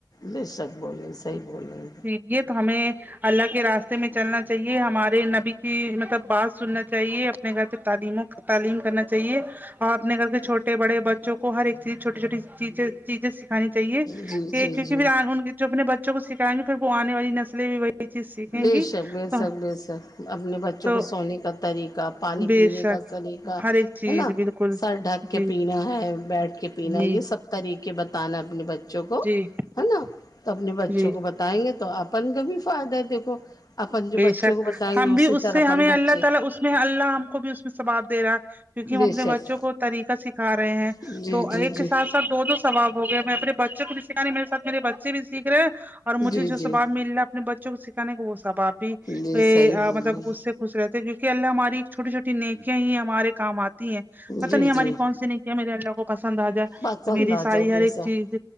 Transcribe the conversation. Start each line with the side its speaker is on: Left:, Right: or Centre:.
Left: بے شک بولیں صحیح بولیں ہے
Right: یہ تو ہمیں اللہ کے راستے میں چلنا چاہیے ہمارے نبی کہ مطلب بات سننا چاہیے اپنے گھر پہ تعلیموں تعلیم کرنا چاہیے اور اپنے گھر کے چھوٹے بڑے بچوں کو ہر ایک چیز چھوٹی چھوٹی چیز چیزیں س ھانی چاہیے
Left: جی جی
Right: کہ کیونک
Left: جی
Right: آنے والے جو اپنے بچوں کو سکھائیں گے پھر وہ آنے والی نسلیں بھی وہی چیز سیکھیں
Left: بے
Right: گی
Left: شک بے
Right: تو
Left: شک بے شک اپنے بچ بچوں
Right: تو
Left: کو سونے کا طریقہ پانی
Right: بے
Left: پینے
Right: شک
Left: کا سلیقہ
Right: ہر ایک چیز
Left: ہے نا
Right: بالکل
Left: سر ڈھک کے
Right: جی
Left: پینا ہے بیٹھ کے پینا
Right: جی
Left: ہے یہ سب طریقے بتانا اپنے بچوں کو
Right: جی
Left: ہے نا تو اپنے بچوں
Right: جی
Left: کو ب بتائیں گے تو اپن کا بھی فائدہ ہے دیکھو اپن جو
Right: بےشک
Left: بچوں کو بتائیں
Right: ہم
Left: گے اسی
Right: بھی اس
Left: طرح
Right: سے ہمیں
Left: اپن بچے
Right: اللہ تعالی اس میں اللہ ہم کو بھی اس میں ثباب دے رہا ہے کیونکہ ہم
Left: بے
Right: اپنے
Left: شک
Right: بچوں کو طریقہ سکھا رہے ہیں
Left: جی
Right: تو
Left: جی
Right: ایک
Left: جی
Right: حساب سے دو دو ثواب ہو گئے میں اپنے بچے کو بھی سکھا نہیں میرے ساتھ میرے بچے بھی سیکھ رہے ہیں اور مجھے
Left: جی
Right: جو
Left: جی
Right: ثباب مل رہا ہے اپنے بچوں کو سکھانے کا وہ ثباب بھی
Left: جی صحیح بولے
Right: مطلب اس سے خوش رہتے ہیں کیوکے اللہ ہماری ایک چھوٹی چھوٹی نیکیا ہی ہمارے کام آ تی ہیں پتا
Left: جی
Right: نہیں ہماری
Left: جی
Right: کون سی نہیں کیا میرے اللہ کو پسند آ جائے
Left: پسند
Right: تو میری
Left: آ
Right: ساری
Left: جائے بے
Right: ہر ایک
Left: شک
Right: چیز